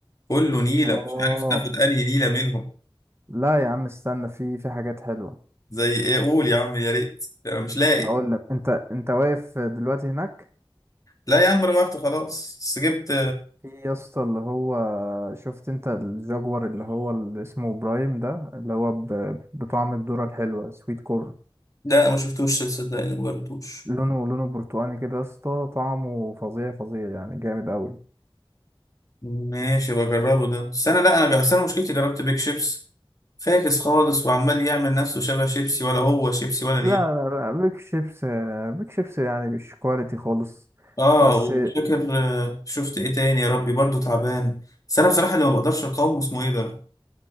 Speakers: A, on the left; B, on the right.
A: كله نيله
B: اه
A: مش عارف تاخد انهي نيله منهم
B: لا يا عم استنى في في حاجات حلوة
A: زي ايه قول يا عم يا ريت انا مش لاقي
B: اقول لك انت انت واقف دلوقتي هناك
A: لا يا عم روحت خلاص بس جبت
B: في يا اسطى اللي هو شفت انت الجاكور اللي هو اللي اسمه برايم ده اللي هو ب- بطعم الذرة الحلوة سويت كورن
A: ده انا ما شفتوش صدقني ما جربتوش
B: لونه لونه برتقاني كده يا اسطى طعمه فظيع فظيع يعني جامد قوي
A: ماشي بجربه ده بس انا لا انا جا- أصل انا مشكلتي جربت بيك شيبس فاكس خالص وعمال يعمل نفسه شبه شيبسي ولا هو شيبسي ولا نيل
B: لا لا لا بيك شيبس بيك شيبس يعني مش كواليتي خالص
A: اه
B: بس
A: ومش فاكر آه، شفت ايه تاني يا ربي برضو تعبان بس انا بصراحة اللي ما بقدرش اقاومه اسمه ايه ده